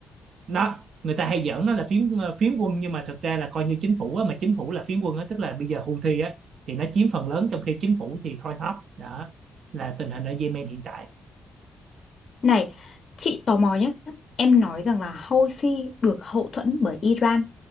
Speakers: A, on the right; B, on the left.
A: nó người ta hay giỡn nó là phiến ờ, phiến quân nhưng mà thực ra là coi như chính phủ á, mà chính phủ là phiến quân á tức là bây giờ Houthi á thì nó chiếm phần lớn trong khi chính phủ thì thoi thóp đó là tình hình ở Yemen hiện tại
B: này chị tò mò nhé em nói rằng là Houthi được hậu thuẫn bởi Iran